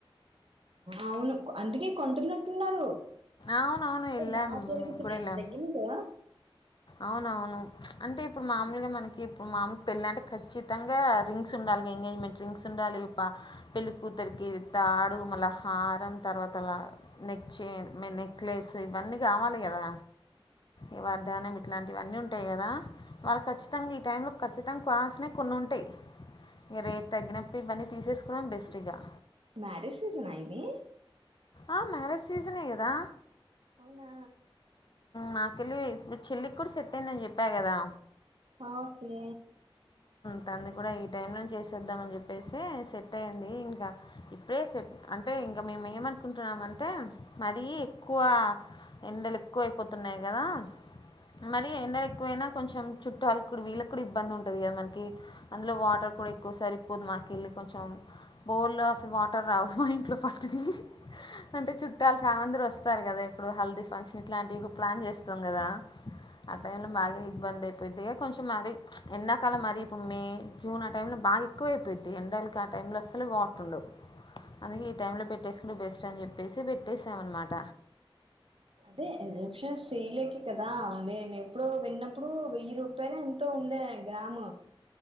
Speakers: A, on the right; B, on the left.
A: అవును అందుకే కొంటున్నట్టున్నారు.
B: అవునవును వెళ్ళాం
A: బాగా పెరుతున్నయి
B: మేము కూడా వెళ్ళాం
A: తగ్గినంటయ
B: అవునవును అంటే ఇప్పుడు మామూల్గా మనకి ఇప్పుడు మామూలు పెళ్ళి అంటే ఖచ్చితంగా రింగ్స్ ఉండాలి ఎంగేజ్మెంట్ రింగ్స్ ఉండాలి పెళ్ళి కూతురికి తాడు మళ్ళ హారం తర్వాత నెక్ చేన్ మ నెక్లెస్ ఇవన్నీ కావాలి కదా ఇవన్న దానం ఇట్లాంటివన్నీ ఉంటాయి కదా వాళ్ళు ఖచ్చితంగా ఈ టైంలో ఖచ్చితంగా కొనాల్సినవి కొన్ని ఉంటాయి ఇంక రేట్ తగ్గినప్పుడు ఇవన్నీ తీసేసుకోవడం బెస్ట్గా ఇగ
A: మ్యారేజ్ సీజనా ఇది
B: ఆ మ్యారేజ్ సీజనే కదా
A: అవునా
B: నా పెళ్లి ఇప్పుడు చెల్లికి కూడా సెట్ అయిందని చెప్పా కదా
A: ఓకే
B: తనదే కూడా ఈ టైంలో చేసేద్దాం అని చెప్పేసి సెట్ అయ్యింది ఇంకా ఇప్పుడే సెట్ అంటే ఇంకా మేము ఏమనుకుంటున్నామంటే మరీ ఎక్కువ ఎండలు ఎక్కువ అయిపోతున్నాయి కదా మరీ ఎండలు ఎక్కువైనా కొంచెం చుట్టకు వీళ్ళకు కూడా ఇబ్బంది ఉం ఉంటంది కదా మనకి అందులో వాటర్ కూడా ఎక్కువ సరిపోదు మా కెళ్ళి కొంచెం బోర్లో అసలు వాటర్ రావు మా ఇంట్లో ఫస్ట్ తి అంటే చుట్టాలు చాలా మంది వస్తారు కదా ఇప్పుడు హల్దీ ఫంక్షన్ ఇట్లాంటివి ప్లాన్ చేస్తాం కదా ఆ టైంలో బాగా ఇబ్బంది అయిపోంది కొంచెం మరి ఎండాకాలం మరి ఇప్పుడు మే జూన్ ఆ టైంలో బాగా ఎక్కువ అయిపోద్ది ఎండకి ఆ టైంలో అస్సలే వాటర్ ఉండవ్ అందుకే ఈ టైంలో పెట్టేసుకుంటే బెస్ట్ అని చెప్పేసి పెట్టేసామన్నమాట.
A: అదే ఎజప్షన్స్ చేయలేకే కదా నేను ఎప్పుడో విన్నప్పుడు వెయ్యి రూపాయలు ఎంతో ఉండే గ్రామ్